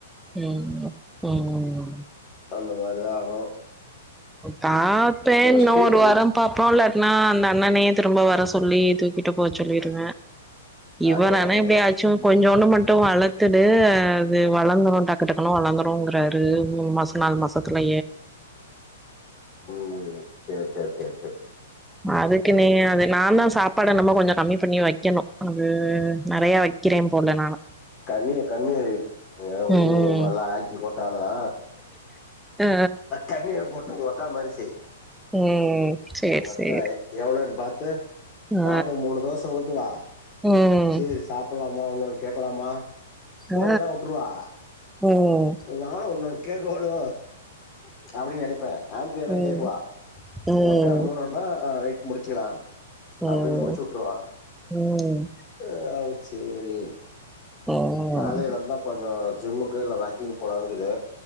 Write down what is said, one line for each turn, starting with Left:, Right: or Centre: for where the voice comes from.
Centre: ம் ம்
Left: அந்த மாரிதா ஆகோ
Centre: தான்ப்பேன் இன்னும்
Left: ஸ்ட்ரீட்
Centre: ஒரு
Left: அண்ட்
Centre: வாரோ பாப்போம் இல்லடனா அந்த அண்ணனே திரும்ப வர சொல்லி தூக்கிட்டு போச்சொல்லி இங்க இவ
Left: அதேதான்
Centre: ஆனா
Left: அதேதான்.
Centre: எப்டியாச்சும் கொஞ்சோ விடமாட் வளர்த்து அது வளர்ந்துரும் டக்கு டக்குனும் வளர்ந்துரும்ங்காரு மூணு மாசம் நாலு மாச சல
Left: ம். சரி, சரி, சரி, சரி.
Centre: அ <inaudible> அதுக்கு நீங்க அத நான் தா சாப்பாட நம்ம கொஞ்சோ கம்மி பண்ணி வைக்கணும அது நெறையா வைக்கிறே போல நானு
Left: கம்மியே கம்மியே அ
Centre: ம்
Left: நீ உங்கம்மாலா
Centre: ம்
Left: ஆக்கி கொட்ர ஆளுதா
Centre: அ
Left: தண்ணிய போட்டு உங்கக்கா மாரி செய்
Centre: ம் சேரி
Left: உங்கக்க்கா
Centre: சேரி
Left: எ எவளன் பா த்து
Centre: ஆ
Left: நாளு மூணு தோச ஊத்துவா
Centre: ம்
Left: செரி சாப்புலா மா இன்னொன்னு கேக்கலாமா போதுன்னா
Centre: ஆ
Left: வுட்ருவா
Centre: ம்
Left: நானு ஒன்ன கேக்குவாலோ அப்டின் நெனைப்பே ஆண்டரியனா
Centre: ம்
Left: கேக்குவா
Centre: ம்
Left: உங்கக்கா மூணுன்னா அ ரைட் முடிச்சுக்கலா
Centre: ம்
Left: அப்டின்னு முடிச்சு வுட்டுருவா
Centre: ம்
Left: அ செரி
Centre: ம்
Left: நால <unintelligible> கொஞ்சோ ஜிம்முக்கு இல்ல வாக்கிங் போலானுக்குது